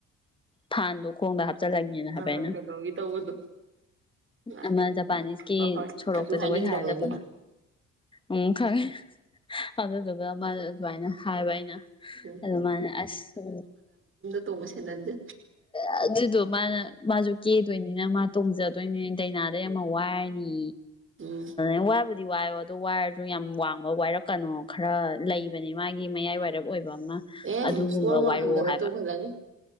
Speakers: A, on the left; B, on the right.
A: ꯊꯥꯟꯗꯣ ꯈꯣꯡꯗ ꯍꯥꯞꯆꯤꯜꯂꯒꯦꯅ ꯍꯥꯏꯕ
B: ꯑꯥ
A: ꯑꯩꯅ
B: ꯀꯩꯅꯣꯒꯤ ꯇꯧꯕꯗꯣ ꯂꯥꯛꯀꯅꯤ
A: ꯑꯃ ꯖꯄꯥꯅꯤꯁꯀꯤ
B: ꯍꯣꯏ ꯍꯣꯏ
A: ꯁꯣꯔꯣꯛꯇ
B: ꯑꯗꯨ ꯍꯥꯏꯅꯤꯡꯗꯕꯒꯤ
A: ꯖꯒꯣꯏ ꯁꯥꯔ ꯆꯠꯄꯗꯣ ꯎ ꯈꯪꯉꯦ ꯑꯗꯨꯗꯨꯒ ꯑꯗꯨꯨꯃꯥꯏꯅ ꯍꯥꯏꯕ ꯑꯩꯅ
B: ꯎꯝ
A: ꯑꯗꯨꯃꯥꯏꯅ ꯑꯁ
B: ꯇꯧꯕꯁꯦ ꯅꯗꯦ
A: ꯑꯣ ꯑꯗꯨꯗꯣ ꯃꯥꯅ ꯃꯥꯁꯨ ꯀꯦꯗꯣꯏꯅꯤꯅ ꯃꯥ ꯇꯣꯡꯖꯗꯣꯏꯅꯤꯅ ꯗꯥꯏꯅꯥꯗ ꯌꯥꯝ ꯋꯥꯏꯔꯅꯤ
B: ꯎꯝ
A: ꯑ ꯋꯥꯕ ꯗꯤ ꯋꯥꯏꯔꯣ ꯑꯣ ꯋꯥꯏꯔꯁꯨ ꯌꯥꯝ ꯋꯥꯡꯕ ꯋꯥꯏꯔꯛꯀꯅꯣ ꯈꯔ ꯂꯩꯕꯅꯦ ꯃꯥꯒꯤ ꯃꯌꯥꯏ ꯋꯥꯏꯔꯞ ꯑꯣꯏꯕ ꯑꯃ
B: ꯑꯦ
A: ꯑꯗꯨꯒꯨꯝꯕ
B: ꯁꯨꯋꯥꯡ ꯋꯥꯡꯍꯟꯗꯕ
A: ꯋꯥꯏꯔꯛꯑꯣ ꯍꯥꯏꯕ
B: ꯇꯣꯡꯍꯜꯂꯅꯤ